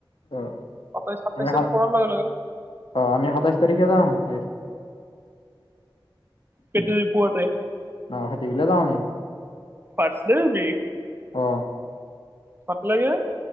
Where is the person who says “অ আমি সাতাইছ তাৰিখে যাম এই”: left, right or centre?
Left